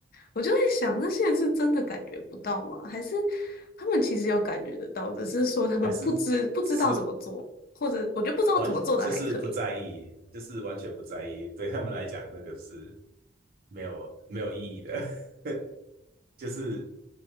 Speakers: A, on the left (about 50°); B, on the right (about 50°).
A: 我就在想，那些人是真的感觉不到吗？还是他们其实有感觉得到，只是说他们不知不知道怎么做，
B: 还是只是
A: 或者我觉得不知道怎么做的还可以。
B: 完就是不在意，就是完全不在意，对他们来讲那个是没有没有意义的，<laughs> 就是